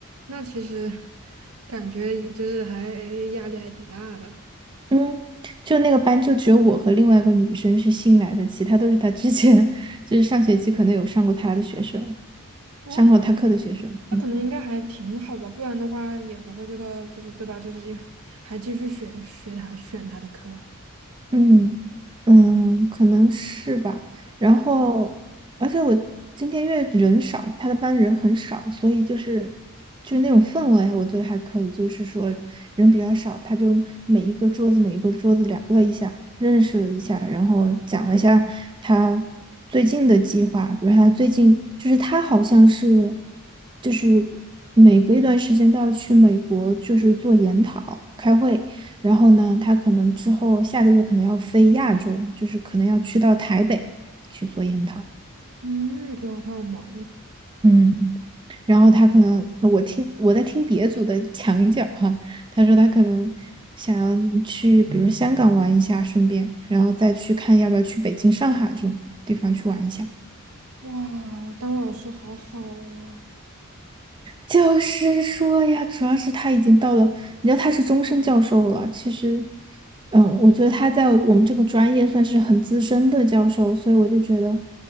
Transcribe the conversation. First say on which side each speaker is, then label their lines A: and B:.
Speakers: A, on the right (about 70°); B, on the right (about 20°).
A: 那其实感觉也就是还压力还挺大的。
B: 嗯。就那个班就只有我和另外一个女生是新来的，其他都是他之前 <laughs> 就是上学期可能有上过他的学生，
A: 哦，
B: 上过他课的学生。
A: 那可能应该还挺好吧，
B: 嗯。
A: 不然的话也不会这个，就是对吧？就是也还继续学学他选他的课。
B: 嗯嗯，可能是吧。然后，而且我今天因为人少，他的班人很少，所以就是就是那种氛围，我觉得还可以。就是说人比较少，他就每一个桌子每一个桌子聊了一下，认识了一下，然后讲了一下他最近的计划，比如他最近就是他好像是就是每隔一段时间都要去美国，就是做研讨开会。然后呢，他可能之后下个月可能要飞亚洲，就是可能要去到台北去做研讨。
A: 嗯，哇，他好忙啊！
B: 嗯然后他可能，我听我在听别组的墙角哈，他说他可能想要去，比如香港玩一下，顺便，然后再去看要不要去北京、上海这种地方去玩一下。
A: 哇，当老师好好啊。
B: 就是说呀，主要是他已经到了，你知道他是终身教授了。其实，嗯，我觉得他在我们这个专业算是很资深的教授，所以我就觉得，